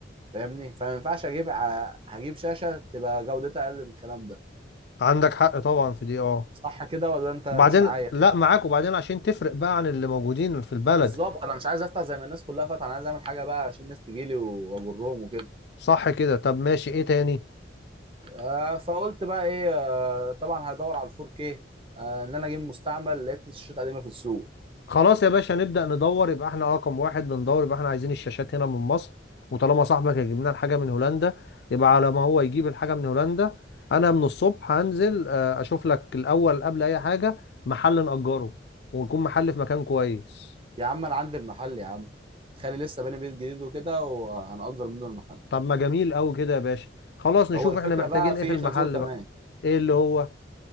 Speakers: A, on the right; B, on the left.
A: فاهمني فما ينفعش اجيب ع- هجيب شاشه تبقى جودتها اقل من الكلام ده
B: عندك حق طبعا في دي اه
A: صح كده ولا انت
B: وبعدين
A: مش معايا
B: لا معاك وبعدين عشان تفرق بقى عن اللي موجودين في البلد
A: بالظبط انا مش عايز افتح زي ما الناس كلها فاتحه انا عايز اعمل حاجه بقى عشان الناس تجيلي واجرهم وكده
B: صح كده طب ماشي ايه تاني
A: آه فقلت بقى ايه آه طبعا هدور على الفور 4K آه ان انا اجيب مستعمل لقيت الشاشات قديمه في السوق
B: خلاص يا باشا نبدأ ندور يبقى احنا رقم واحد بندور يبقى احنا عايزين الشاشات هنا من مصر وطالما صاحبك هيجيب لنا الحاجة من هولندا يبقى على ما هو يجيب الحاجة من هولندا انا من الصبح هنزل آه، اشوف لك الاول قبل اي حاجة محل نأجره ويكون محل في مكان كويس
A: يا عم انا عندي المحل يا عم خالي لسه باني بيت جديد وكده وهنأجر منه المحل
B: طب ما جميل قوي كده يا باشا خلاص نشوف
A: هو الفكره
B: احنا محتاجين
A: بقى في
B: ايه في
A: ايه
B: المحل
A: خازوق كمان
B: بقى ايه اللي هو